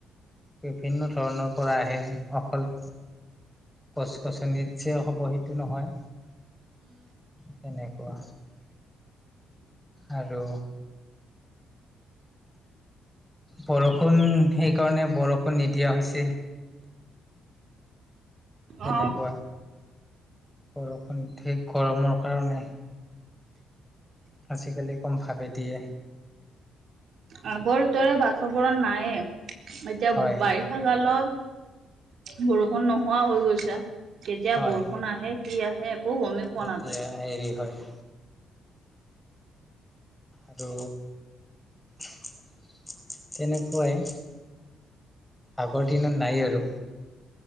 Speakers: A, in the centre; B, on the right (about 65°).
A: বিভিন্ন ধৰণৰ পৰা আহে অকল। গছ-গছনিত যে হ'ব সেইটো নহয় সেনেকুৱা আৰু বৰষুণ সেইকাৰণে বৰষুণ নিদিয়া হৈছে। তেনেকুৱা
B: অ
A: বৰষুণ ধেই গৰমৰ কাৰণে। আজিকালি কমভাৱে দিয়ে।
B: আগৰ দৰে বাতাবৰণ নাইয়ে এতিয়া বাৰি
A: হয়
B: বাৰিষা কালত বৰষুণ নোহোৱা হৈ গৈছে কেতিয়া
A: হয়
B: বৰষুণ
A: হয়
B: আহে। কি আহে একো গমেই পোৱা
A: এতিয়া
B: নাযায়।
A: হেৰি হয়। আৰু তেনেকুৱাই আগৰ দিনত নাই আৰু।